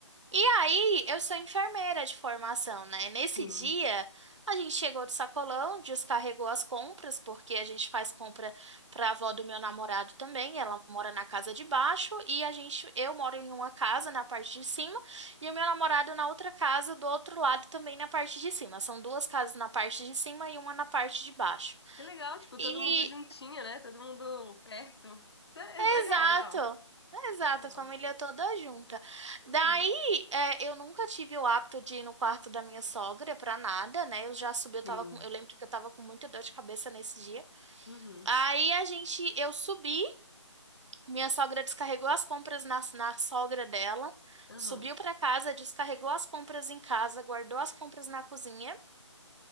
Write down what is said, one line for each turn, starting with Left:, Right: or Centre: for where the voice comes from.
Right: E aí, eu sou enfermeira de formação, né? Nesse
Left: Sim.
Right: dia, a gente chegou do sacolão, descarregou as compras, porque a gente faz compra para a avó do meu namorado também. Ela mora na casa de baixo e a gente, eu moro em uma casa na parte de cima e o meu namorado na outra casa do outro lado também na parte de cima. São duas casas na parte de cima e uma na parte de baixo.
Left: Que legal, tipo,
Right: E
Left: todo mundo juntinho, né? Todo mundo perto. Isso é
Right: Exato.
Left: legal, legal,
Right: Exato,
Left: legal.
Right: a família toda junta.
Left: Uhum.
Right: Daí, é, eu nunca tive o hábito de ir no quarto da minha sogra pra nada, né? Eu já subi, eu
Left: Sim.
Right: tava com, eu lembro que eu tava com muita dor de cabeça nesse dia.
Left: Uhum.
Right: Aí a gente, eu subi, minha sogra descarregou as compras na, na sogra dela,
Left: Uhum.
Right: subiu pra casa, descarregou as compras em casa, guardou as compras na cozinha